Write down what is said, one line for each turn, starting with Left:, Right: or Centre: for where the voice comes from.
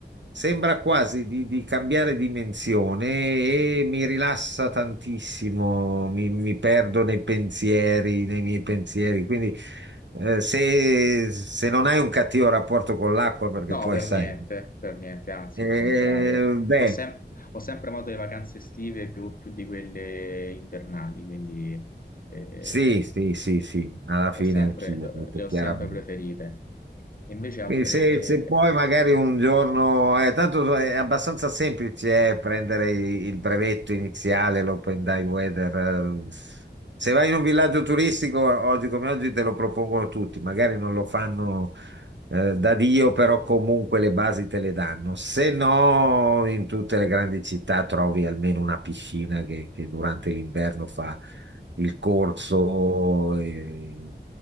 Right: Sembra quasi di, di cambiare dimensione e mi rilassa tantissimo, mi, mi perdo nei pensieri, nei miei pensieri. Quindi eh, se, se non hai un cattivo rapporto con l'acqua, perché
Left: No,
Right: poi
Left: per
Right: sai,
Left: niente, per niente, anzi
Right: eh,
Left: il contrario.
Right: beh,
Left: Ho, sem- ho sempre amato le vacanze estive più, più di quelle invernali, quindi eh,
Right: sì, sì, sì, sì, alla fine
Left: le ho sempre,
Right: anch'io, tutto
Left: le ho
Right: chiaramente.
Left: sempre preferite. Invece altre...
Right: Quindi se, se poi magari un giorno, eh, tanto eh, è abbastanza semplice eh, prendere i- il brevetto iniziale, l'Open Dive Weather. eh. Se vai in un villaggio turistico, oggi come oggi te lo propongono tutti, magari non lo fanno eh, da Dio, però comunque le basi te le danno. Se no, in tutte le grandi città trovi almeno una piscina che, che durante l'inverno fa il corso, eh,